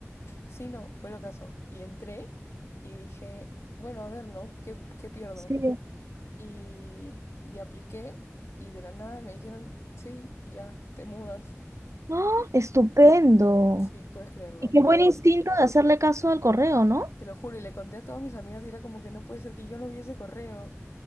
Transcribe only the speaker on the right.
Sí.
<gasps> ¡Ah!
Estupendo.
Y qué buen
instinto de hacerle caso al correo, ¿no?